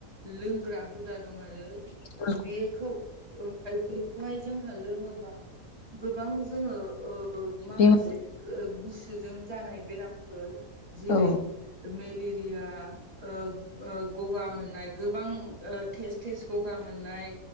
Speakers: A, on the right (about 45°); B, on the left (about 65°).
A: लोंग्रा हुदा दं आरो
B: औ
A: बेखौ <unintelligible> बेखौहाय जोंहा लोङोबा गोबां जोङो ओ
B: बिमा
A: माखासे गुसुजों जानाय बेरामफोर जेरै
B: औ
A: मेलेरिया ओ ओ गगा मोननाय गोबां टेस्ट थेस गगा मोननाय